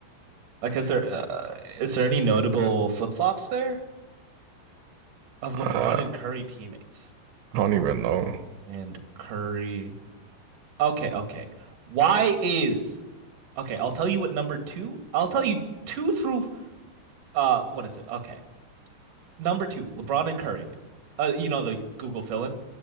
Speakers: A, on the right; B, on the right.
A: Like, is there uh, is there any notable flip-flops there of LeBron
B: Uh,
A: and Curry teammates?
B: I don't even know.
A: And Curry. Okay, okay. Why is Okay, I'll tell you what number two. I'll tell you two through uh what is it? Okay. Number two, LeBron and Curry. Uh you know the Google fill in.